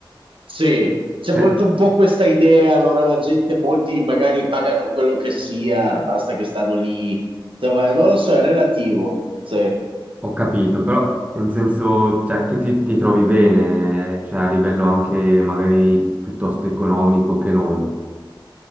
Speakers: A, on the right; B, on the right.
A: Sì, c'è
B: Cioè,
A: molto un po' questa idea, allora la gente, molti magari pagano quello che sia, basta che stanno lì. Insomma, non lo so, è relativo. Sì.
B: Ho capito, però in senso, cioè, tu ti, ti trovi bene, cioè a livello anche magari piuttosto economico che non.